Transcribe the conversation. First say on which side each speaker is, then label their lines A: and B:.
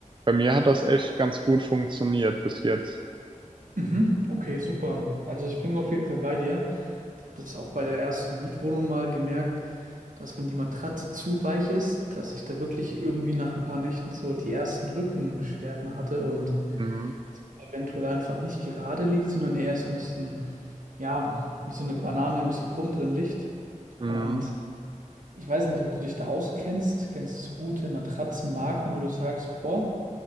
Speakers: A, on the right (about 40°); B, on the right (about 80°).
A: Bei mir hat das echt ganz gut funktioniert bis jetzt.
B: Mhm. Okay, super. Also ich bin auf jeden Fall bei dir. Ich habe das auch bei der ersten Mietwohnung mal gemerkt, dass wenn die Matratze zu weich ist, dass ich da wirklich irgendwie nach ein paar Nächten so die ersten Rückenbeschwerden hatte und
A: Mhm.
B: das eventuell einfach nicht gerade liegt, sondern eher so ein bisschen, ja, wie so eine Banane ein bisschen krumm drin liegt.
A: Mhm.
B: Und Ich weiß nicht, ob du dich da auskennst. Kennst du so gute Matratzenmarken, wo du sagst, boah,